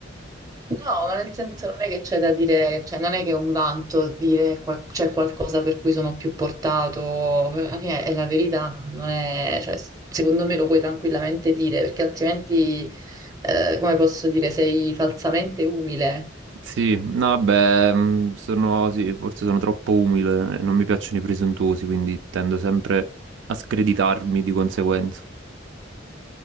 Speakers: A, on the right; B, on the right.
A: No, ma nel senso non è che c'è da dire, cioè non è che è un vanto dire qual- c'è qualcosa per cui sono più portato, alla fine è la verità, non è, cioè, secondo me lo puoi tranquillamente dire, perché altrimenti, eh, come posso dire, sei falsamente umile.
B: Sì, no, vabbè, mh, sono, sì, forse sono troppo umile e non mi piacciono i presuntuosi, quindi tendo sempre a screditarmi di conseguenza.